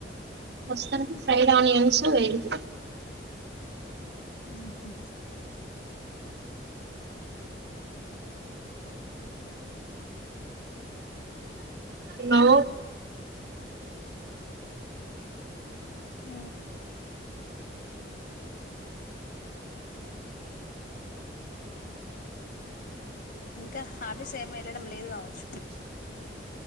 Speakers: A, on the right; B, on the left.
A: ప్రస్తుతానికి ఫ్రైడ్ ఆనియన్స్ వేగుతున్
B: ఉహూ
A: నో
B: అ ఇంకా ఆఫీస్ ఏమి వెళ్ళడం లేదు కావచ్చు